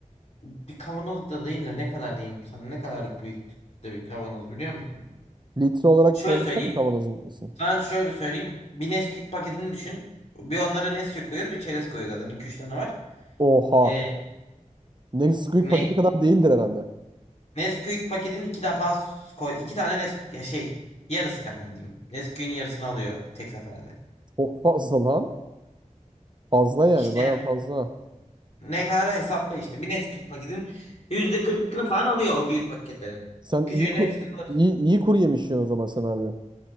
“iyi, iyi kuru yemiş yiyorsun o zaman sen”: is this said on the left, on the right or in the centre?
Right